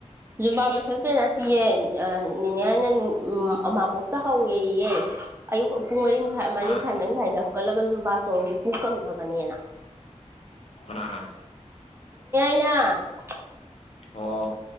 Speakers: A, on the right; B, on the left.
A: ꯕꯥ ꯃꯁꯜ ꯄꯅꯇꯤꯌꯦ ꯑꯅꯦꯅ ꯎꯥꯕꯣꯛꯇ ꯍꯧꯋꯦꯌꯦ ꯑꯌꯨꯛꯨꯡ ꯃꯈ ꯃ
B: ꯍꯥ
A: ꯃꯈꯥꯏ ꯍꯧꯒꯠ ꯑꯗꯨꯁꯨ ꯕꯥꯆꯣꯡꯁꯨ ꯄꯨꯛ ꯀꯪꯗꯕꯅꯦꯅ
B: ꯍꯅꯥꯅ
A: <inaudible>
B: ꯑꯣ